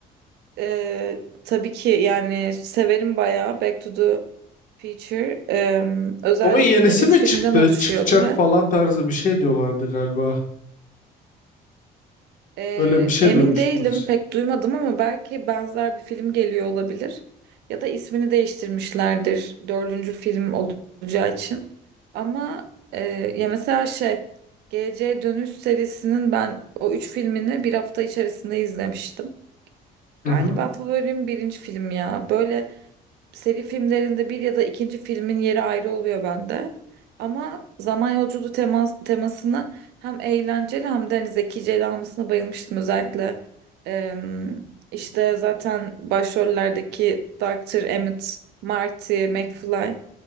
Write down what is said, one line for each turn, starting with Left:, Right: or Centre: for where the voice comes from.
Right: Ee, tabii ki yani severim bayağı Back to the Future. Ee, özellikle
Left: Onun yenisi
Right: 3
Left: mi
Right: filmden
Left: çıktı?
Right: oluşuyordu
Left: Çıkacak
Right: ve
Left: falan tarzı bir şey diyorlardı galiba.
Right: Ee,
Left: Öyle bir şey
Right: emin
Left: duymuştum
Right: değilim,
Left: hiç.
Right: pek duymadım ama belki benzer bir film geliyor olabilir. Ya da ismini değiştirmişlerdir dördüncü film olacağı için. Ama e, ya mesela şey, Geleceğe Dönüş serisinin ben o üç filmini bir hafta içerisinde izlemiştim. Galiba
Left: Hı hı.
Right: favorim birinci film ya. Böyle seri filmlerinde bir ya da ikinci filmin yeri ayrı oluyor bende. Ama zaman yolculuğu temas, temasını hem eğlenceli hem de hani zekice ele almasına bayılmıştım. Özellikle em, işte zaten başrollerdeki doktor Emmett, Marty, McFly.